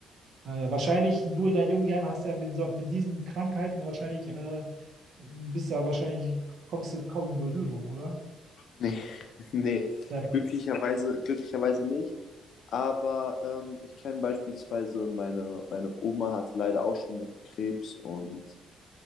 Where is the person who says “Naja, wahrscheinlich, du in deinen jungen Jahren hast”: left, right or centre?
Right